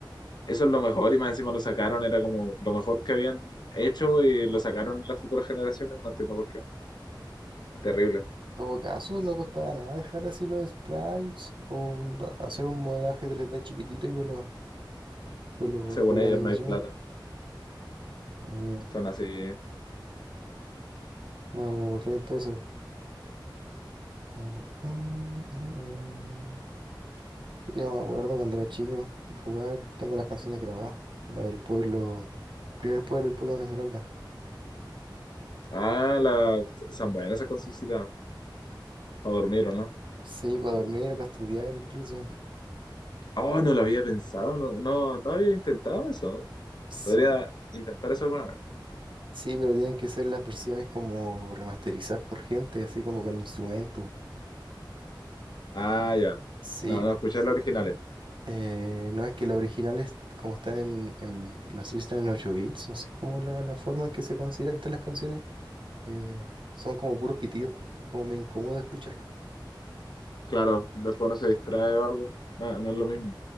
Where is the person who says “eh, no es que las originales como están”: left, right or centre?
Right